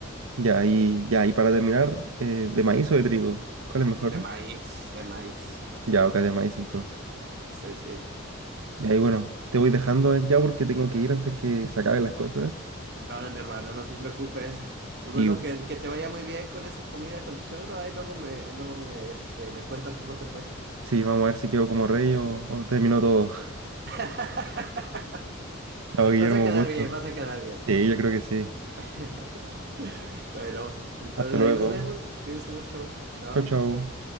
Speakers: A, on the right; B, on the right.
A: Ya, y ya, y para terminar, eh, ¿de maíz o de trigo? ¿Cuál es mejor?
B: De maíz, de maíz.
A: Ya, acá de maíz entonces.
B: Sí, sí.
A: Ya, y ahí bueno, te voy dejando ya porque tengo que ir antes que se acaben las cosas.
B: Órale, hermano, no te preocupes. Pues
A: Y
B: bueno, que, que te vaya muy bien con esa comida con tu suegro. Ahí luego me, luego me, este, me cuentas cómo te fue.
A: Sí, vamos a ver si quedó como rey o, o terminó todo. <laughs>
B: <laughs>
A: Chao, Guillermo,
B: Vas a quedar
A: un gusto.
B: bien, vas a quedar bien.
A: Sí, yo creo que sí.
B: <laughs> Bueno, entonces
A: Hasta luego.
B: ahí nos vemos. Cuídense mucho. Chao.
A: Chau, chau.